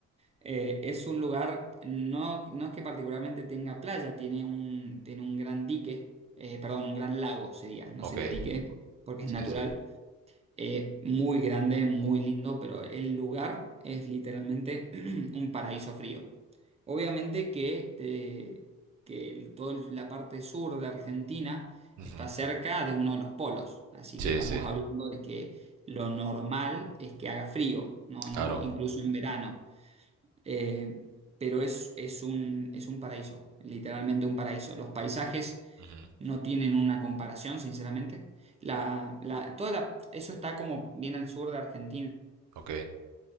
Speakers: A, on the right (about 20°); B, on the right (about 75°).
A: Eh, es un lugar, no, no es que particularmente tenga playa, tiene un, tiene un gran dique, eh, perdón, un gran lago sería, no
B: ok,
A: sería dique, porque es
B: sí,
A: natural,
B: sí.
A: eh, muy grande, muy lindo, pero el lugar es literalmente <clears throat> un paraíso frío. Obviamente que, te- que el- toda la parte sur de Argentina
B: Ujú.
A: está cerca de uno de los polos, así
B: Sí,
A: que estamos
B: sí,
A: hablando de que lo normal es que haga frío, no, no,
B: claro.
A: incluso en verano. Eh, pero es, es un, es un paraíso, literalmente un paraíso. Los paisajes
B: Ujú.
A: no tienen una comparación, sinceramente. La, la- toda la- eso está como bien al sur de Argentina,
B: Ok.